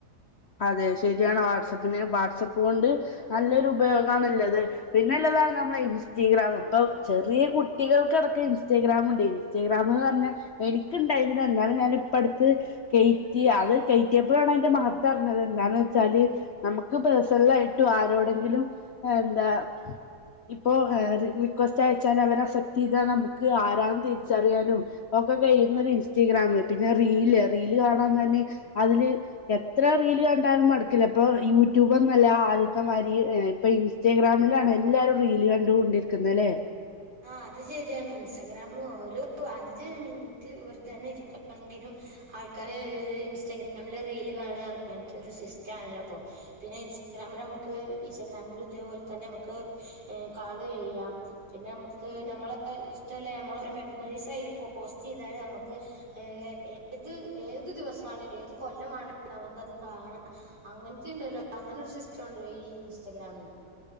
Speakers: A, on the left; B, on the right.
A: അതെ ശരിയാണ് വാട്സആപ്പിന് വാട്സപ്പ് കൊണ്ട് നല്ലൊരു ഉപയോഗണല്ലത് പിന്നെ താണ് നമ്മുടെ ഇൻസ്റ്റഗ്രാം ഇപ്പം ചെറിയ കുട്ടികൾക്ക്ക്കടക്ക ഇൻസ്റ്റഗ്രാമുണ്ട് ഇൻസ്റ്റഗ്രാമന്ന് പറന്ന എനിക്കുണ്ടായിന്നില്ല എന്നാലും ഞാനിപ്പ അടുത്ത് കയറ്റി അത് കയറ്റിയപ്പോഴാണ് അതിന്റെ മഹ പറഞ്ഞത് എന്താന്ന് വെച്ചാല് നമുക്ക് പേഴ്സണല ആയിട്ടും ആരോടെങ്കിലും എന്താ? ഇപ്പൊ റിക്വസ്റ്റ് അയച്ചാൽ അവർ അക്സെപ്റ്റ് ചെയ്താൽ നമുക്ക് ആരാണ തിരിച്ചറിയാനും പ്പം കഴ ഇൻസ്റ്റഗ്രാാം പിന്നെ റീല് റീല് കാണാൻ തന്നെ അതില് ഇത്ര റീൽ കണ്ടാലും മടക്കില്ല ഇപ്പോൾ യൂട്യൂബ്ന്നല്ല ആദ്യത്തെമാരി ഇപ്പൾ ഇൻസ്റ്റാഗ്രാമിലാണ്. എല്ലാരും റീൽ കണ്ട് കൊണ്ടിരിക്കുന്നല്ലേ.
B: ആ അത് ശരിയാണ് ഇൻസ്റ്റഗ്രാാം ഒരു അഞ്ച് മിനിറ്റ് വെറുതനെ ഇരിക്കുകയാണെങ്കിലും. ആൾക്കാാര് ഇൻസ്റ്റാഗ്രാമില് റീല് വേണെ അങ്ങനത്തെ ഒരു സിസ്റ്റം ആണല്ലോ പിന്നെ. ക്യാമ നമുക്ക് ഇൻസ്റ്റഗ്രാമിൽ ഇതേപോലെ തന്നെ നമക്ക് കാള് ചെയ്യാം പിന്നെ നമുക്ക് നമ്മളെ ഇഷ്ടല്ല നമ്മളരു മെമ്മറീസ് അയിൽ പോസ്റ്റ് ചെയ്തൽ നമ്മുക്ക് ഏത് ഏത് ദിവസമാണേലും ഏത് കൊല്ലമാണേലും നമുക്കത് കാണാം അങ്ങനത്ത ഉണ്ടല്ലോ അങ്ങനെ ഷ്ടണ്ടല്ലോ ഈ ഇൻസ്റ്റാഗ്രാമിൽ